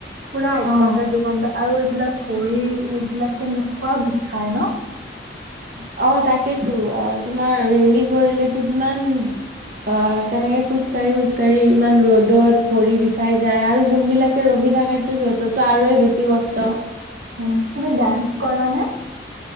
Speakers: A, on the right (about 80°); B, on the right (about 45°).
A: পুৰা এক
B: অ'।
A: ঘণ্টা দুই ঘণ্টা। আৰু এইবিলাক ভৰি এইবিলাক কেনেকুৱা বিষাই ন?
B: অ, তাকেইতো অ। তোমাৰ ৰেলী কৰিলে। টো কিমান অ তেনেকে খোজকাঢ়ি খোজ কাঢ়ি ইমান ৰ'দত। ভৰি বিষাই যায় আৰু যোনবিলাক। ৰখি থাকেতো সিহঁতৰতো আৰুে বেছি কষ্ট।
A: উ! তুমি ডানস কৰা নে?